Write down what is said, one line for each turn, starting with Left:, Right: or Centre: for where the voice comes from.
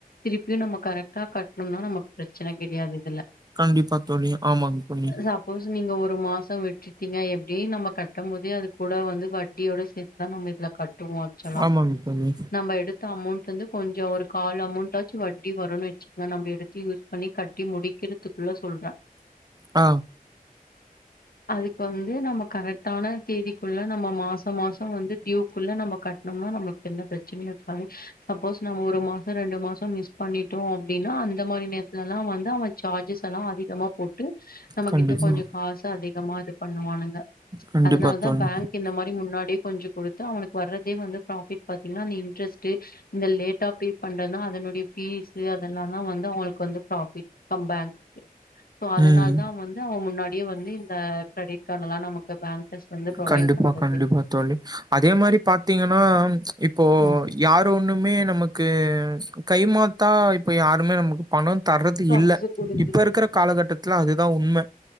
Left: திருப்பியு நம்ம கரெக்டா கட்ணும்னா நமக்கு பிரச்சன கெடையாது இதுல
Right: கண்டிப்பா தோழி ஆமாங்க தோழி
Left: சப்போஸ் நீங்க ஒரு மாசோ விட்டுடீங்க எப் ப்டி நம்ம கட்டம் போதே அது கூட வந்து வட்டியோட சேத்துதா நம்ம இதுல கட் டு வாச்சலா
Right: ஆமாங்க தோழி
Left: நம்ம எடுத்த அமோண்ட் வந்து கொஞ்சோ ஒரு கால் அமௌண்டாச்சு வட்டி வருன்னு வச்சுக்கலா நம்ம எடுத்து யூஸ் பண்ணி கட்டி முடிக்கிறதுக்குள்ள சொல்ற
Right: ஆ
Left: அதுக்கு வந்து நம்ம கரெக்டான தேதிக்குள்ள நம்ம மாச மாசோ வந்து ட்யூ குள்ள நம்ம கட்னம்னா நம்மக் எந்த ப்ரச்சனயு இருக்காது சப்போஸ் நம்ம ஒரு மாசோ ரெண்டு மாசோ மிஸ் பண்ணிட்டோ அப்டினா அந்த மாரி நேரத்லல்லா வந்து அவ சார்ஜஸ் எல்லா அதிகமா போட்டு நம்மகிட்ட
Right: கண்டிப்பா
Left: கொஞ்சோ காசு அதிகமா இது பண்ணுவானுங்க
Right: கண்டிப்பா
Left: அதனாலதா
Right: தோழி
Left: பேங்க் இந்த மாரி முன்னாடியே கொஞ்ச குடுத்து அவனுக்கு வரதே வந்து ப்ராஃபிட் பாத்திங்னா அந்த இன்ட்ரெஸ்ட் டு இந்த லேட்டா பே பண்றதுனா அதனுடைய ஃபீஸு அதெல்லாந்தா வந் து அவங்களுக்கு வந்து ப்ராஃபிட் பேங்குக்கு சோ அதனாலதா
Right: ம்
Left: வந்து அவ முன்னாடியே வந்து இந்த கிரெடிட் கார்டு எல்லா நமக்கு பேங்கர்ஸ் வந்து ப்ரொவைட்
Right: கண்டிப்பா
Left: பண்றது
Right: கண்டிப்பா தோழி அதே மாரி பாத்திங்கனா இப்போ
Left: ம்.
Right: யார் ஒண்ணுமே நமக்கு கை மாத்தா இப்ப யாருமே நமக்கு பண தர்றது
Left: காசு
Right: இல்ல
Left: குடுத்து
Right: இப்ப இருக்கிற காலகட்டத் சுல அதுதா உண்ம